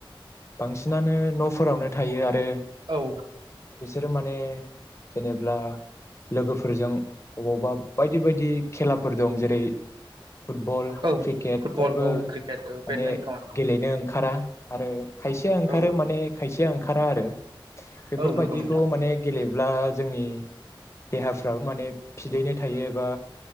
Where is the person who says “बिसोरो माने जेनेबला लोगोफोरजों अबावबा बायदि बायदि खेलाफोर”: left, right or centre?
Left